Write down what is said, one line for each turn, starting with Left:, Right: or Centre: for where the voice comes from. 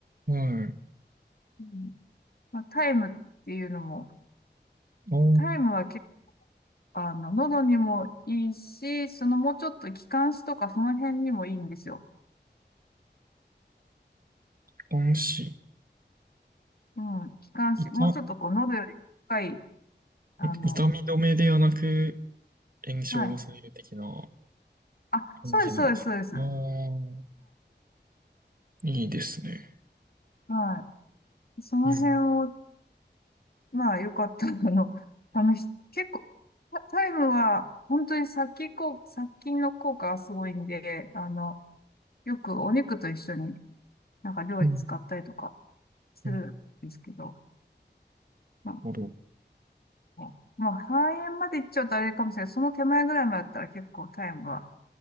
Right: はい。
Left: うん、まあ、タイムっていうのも、
Right: あ
Left: タイムは結構、あの、喉にもいいし、そのもうちょっと気管支とかその辺にもいいんですよ。
Right: あ、安心。
Left: うん、気管支、もうちょっとこう、
Right: 痛、ん
Left: 喉より深い、あの、
Right: 痛み止めではなく、炎症を抑える的な
Left: はい。あ、
Right: 感じなんですか。
Left: そうです、そうです、そうです。はい、
Right: ああー、いいですね。
Left: はい。その辺を、
Right: うん。
Left: まあ、よかったら、あの、試し、結構、タタイムは、本当に殺菌効、殺菌の効果がすごいんで、あの、よくお肉と一緒になんか料理使ったりとか
Right: うん。
Left: するんですけど、
Right: なる
Left: まあ
Right: ほど。
Left: あまあ、肺炎まで行っちゃうとあれかもしれない。その手前ぐらいまでだったら結構タイムは効